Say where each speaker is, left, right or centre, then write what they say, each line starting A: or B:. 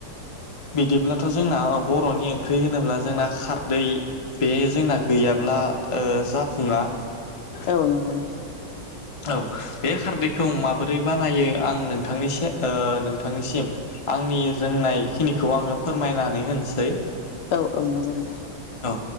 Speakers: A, on the left; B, on the left.
A: बिदिब्लाथ' जोंना बर'नि ओंख्रि होनोब्ला जोंना खारदै बे जोंना गैयाब्ला ओ जाफुङा।
B: औव नंगौ नोंथां।
A: औव बे खारदैखौ माबोरै बानायो आं नोंथांनो एसे ओ नोंथांनिसिम आंनि रोंनायखिनिखौ आंङो फोरमायनानै होनोसै।
B: औव औव नंगौ नोंथां।
A: औव